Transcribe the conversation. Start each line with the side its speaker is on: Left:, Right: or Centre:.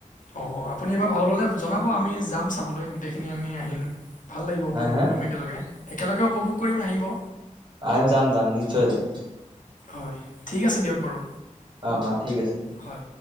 Left: অ', আপুনি এবাৰ ভাও ললে জনাব আমি, যাম চাবলৈ গোটেইখিন আমি আহিম। ভাল লাগিব উপভোগ
Right: হা হা
Left: কৰিম একেলগে, একেলগে উপভোগ কৰিম আহিব।
Right: আহিম যাম যাম, নিশ্চয় যাম।
Left: হয় ঠিক আছে দিয়ক বাৰু।
Right: অ অ ঠিক আছে দিয়া
Left: হয়